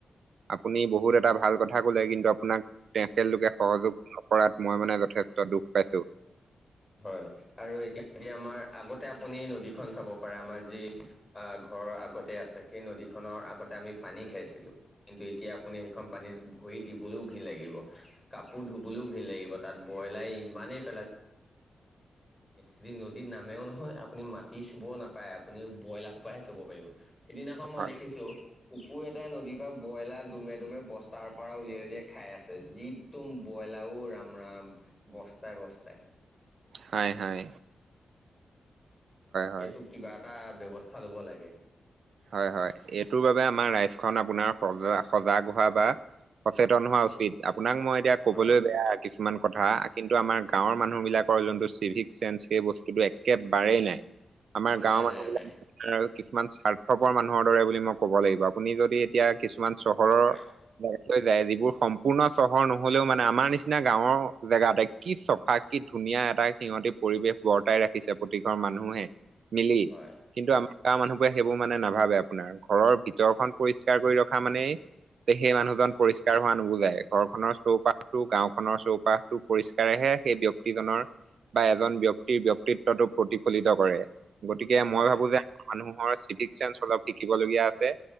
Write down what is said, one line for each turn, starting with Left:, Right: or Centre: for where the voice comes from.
Right: আপুনি বহুত এটা ভাল কথা ক'লে, কিন্তু আপোনাক তেখেতলোকে সহযোগ কৰাত, মই মানে যথেষ্ট দুখ পাইছো।
Centre: হয়, আৰু এতিয়া য আমাৰ আগতে আপুনি নদীখন চাব পাৰে আমাৰ যি আহ, ঘৰৰ আগতে আছে সেই নদীখনৰ আগতে আমি পানী খাইছিলো, কিন্তু এতিয়া আপুনি সেইখন পানীত ভৰি দিবলৈও ঘিণ লাগিব, কাপোৰ ধুবলৈও ঘিণ লাগিব, তাত ব্ৰইলাৰে ইমানেই পেলাই যদি নদীত নামেও নহয়, আপুনি মাটি চুবও নাপায়, আপুনি ব্ৰইলাৰ সোপাহে চুব পাৰিব। সিদিনাখন মই
Right: হয়
Centre: দেখিছো, কুকুৰ এটা নদীৰ পৰা ব্ৰইলাৰ দুমে দুমে বস্তাৰ পৰা উলিয়াই উলিয়াই খাই আছে, যিদম ব্ৰইলাৰো ৰাম ৰাম। বস্তাই বস্তাই।
Right: নাই নাই। হয়
Centre: এইটোক কিবা এটা ব্যৱস্থা ল'ব লাগে।
Right: হয় হয়, এইটোৰ বাবে আমাৰ ৰাইজখন আপোনাৰ সজা সজাগ হোৱা বা সচেতন হোৱা উচিত, আপোনাক মই এতিয়া কবলৈ
Centre: হয়।
Right: বেয়া কিছুমান কথা কিন্তু আমাৰ গাঁৱৰ মানুহবিলাকৰ যোনটো চিভিক চেন্স, সেই বস্তুটো একেবাৰেই নাই। <unintelligible> আমাৰ
Centre: নাই,
Right: গাঁৱৰ মানুহ
Centre: নাই,
Right: বিলাক,
Centre: নাই।
Right: কিছুমান স্বাৰ্থপৰ মানুহৰ দৰে বুলি মই ক'ব লাগিব আপুনি যদি এতিয়া কিছুমান চহৰৰ
Centre: হয়,
Right: লৈ যায় যিবোৰ সম্পূৰ্ণ চহৰ নহলেও মানে, আমাৰ নিচিনা গাঁওৰ জেগা এতে কি চ ফা কি ধুনীয়া এটা সিহঁতি পৰিৱেশ বৰ্তাই ৰাখিছে প্ৰতি ঘৰ মানুহে মিলি
Centre: হয়,
Right: কিন্তু, আমাৰ গাঁৱৰ মানুহবোৰে সেই বোৰ মানে নাভাবে আপোনাৰ ঘৰৰ ভিতৰখন পৰিষ্কাৰ কৰি ৰখা মানে তে সেই মানুহজন পৰিষ্কাৰ হোৱা নুবুজায়, ঘৰখনৰ চৌপাশো গাওখনৰ চৌপাশ টো পৰিষ্কাৰেহে সেই ব্যক্তিজনৰ বা এজন ব্যক্তিৰ ব্যক্তিটো প্ৰতিফলিত কৰে। গতিকে
Centre: হয়।
Right: মই ভাবো যে, আমাৰ মানুহৰ চিভিক চেন্স অলপ শিকিবলগীয়া আছে।